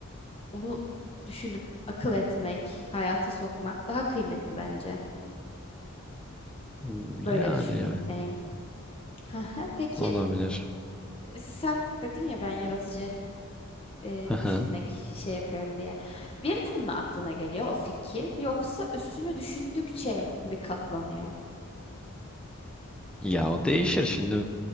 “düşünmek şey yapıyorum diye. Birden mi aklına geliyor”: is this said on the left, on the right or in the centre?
Left